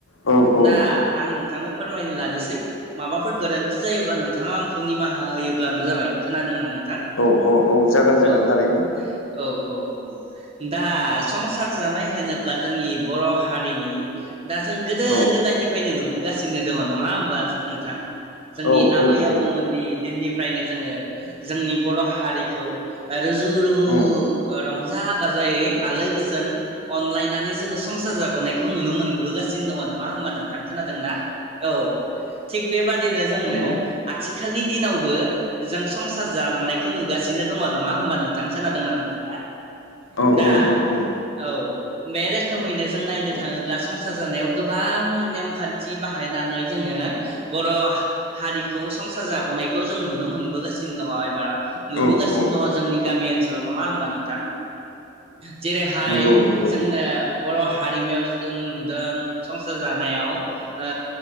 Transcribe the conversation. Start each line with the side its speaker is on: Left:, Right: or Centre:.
Left: औ
Right: दा आं नोंथांनो फोरमायनो लानोसै माबाफोर गोरोन्थि जायोब्ला नोंथाङा आंखौ निमाहा होयोब्लानो जाबाय खोनादों ना नोंथां।
Left: औ औ औ जागोन जागोन
Right: औ
Left: थारैनो
Right: औ औ औ औ दास संसार जानाय होनोब्ला जोंनि बर हारिनि दा जों गोदो
Left: औ
Right: गोदायनिफ्रायनो नुबोगासिनो दङ नङा होमबा नोंथां जोंनि
Left: औ
Right: आबै
Left: औ
Right: आबौमोननि
Left: औ
Right: दिननिफ्रायनो जोङो जोंनि बर हारिखौ रुजु रुमु
Left: औ
Right: रंजा बाजायै आलो गोज जोन अनलाइनानै जोङो संसार जाबोनायखौ नुनो मोनबोगासिनो दङ नङा होमबा नोंथां खोनादोंना औ थिग बेबादिनो जोङो
Left: नंगौ
Right: आथिखालनि दिनावबो जों संसार जालांनायखौ नुगासिनो दङ नङा होमबा नोंथां खोनादोंना नोंथाङा
Left: औ
Right: दा
Left: औ औ औ
Right: औ बे रोखोमैनो जों
Left: नंगौ
Right: नायनो थाङोब्ला संसार जानायाव गोबां नेमखान्थि बाहायनानै जोङो बर हारिखौ संसार जाबोनायखौ जों नुनो मोनबोगासिनो दङ एबा नुबोगासिनो
Left: औ औ
Right: दङ जोंनि गामि ओनसोलाव नङा होमबा नोंथां? जेरै हाय
Left: नंगौ नंगौ
Right: जोंनो बर हारिमायाव जों नु दों संसार जानायाव ओ